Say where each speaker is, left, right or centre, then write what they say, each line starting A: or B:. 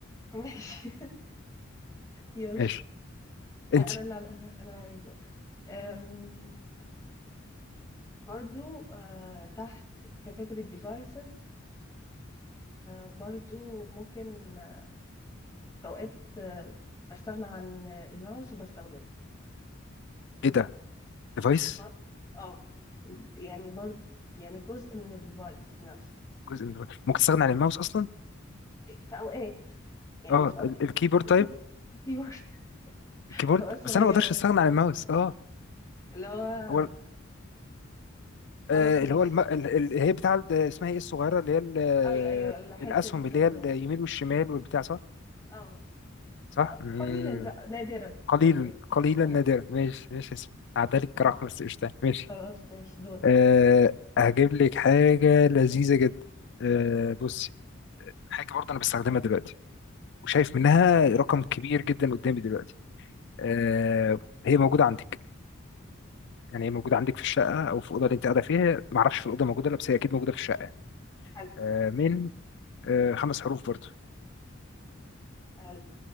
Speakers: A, on the left; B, on the left.
A: ماشي <laughs> يلا
B: ماشي
A: انا
B: انت
A: اللي على انا اللي عليك دور أم، برضو أه، تحت كاتيجوري ديفايسز برضو ممكن أه، في اوقات أه، بستغنى عن الماوس وبستخدمه
B: ايه ده ديفايس
A: بر... اه يعني برضو يعني جزء من الديفايس نفسه
B: جزء من device. ممكن تستغنى عن الماوس اصلا
A: في اوقات يعني
B: اه
A: في اوقات
B: ال- الكيبورد طيب
A: صغ... كيبورد <laughs>
B: الكيبورد
A: في اوقات صغيره
B: بس انا ما اقدرش استغنى عن الماوس اه
A: اللي هو
B: هو
A: خلاص
B: آه،
A: ماشي
B: اللي هو الم... ال- ال- اللي هي بتاع ال- اسمها ايه الصغيره اللي هي ال- آه،
A: ايوه ايوه الحته
B: الاسهم
A: دي صغنونه
B: اللي هي اليمين والشمال والبتاع صح
A: اه
B: صح مم.
A: قليلا بقى نادرا
B: قليلا
A: من-
B: قليلا
A: اه
B: نادرا ماشي ماشي اسم عدالك كرحمة بس قشطة ماشي
A: خلاص ماشي دورك
B: أه هجيب لك حاجة لذيذة جدا أه بصي حاجة برضه أنا بستخدمها دلوقتي وشايف منها رقم كبير جدا قدامي دلوقتي أه هي موجودة عندك يعني هي موجودة عندك في الشقة أو في الأوضة اللي أنت قاعدة فيها معرفش في الأوضة موجودة ولا بس هي أكيد موجودة في الشقة يعني.
A: حلو
B: أه من آه، خمس حروف برضو
A: حلو